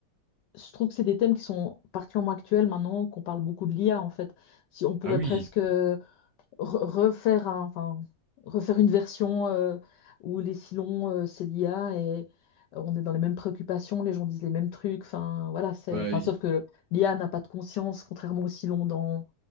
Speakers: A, on the left; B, on the right.
A: je trouve que c'est des thèmes qui sont particulièrement actuels maintenant, qu'on parle beaucoup de l'IA en fait. Si on pourrait
B: Ah oui,
A: presque re- refaire un, enfin, refaire une version euh, où les silons, euh, c'est l'IA et on est dans les mêmes préoccupations, les gens disent les mêmes trucs. Enfin, voilà, c'est,
B: bah
A: enfin,
B: y-
A: sauf que l'IA n'a pas de conscience, contrairement aux silons dans,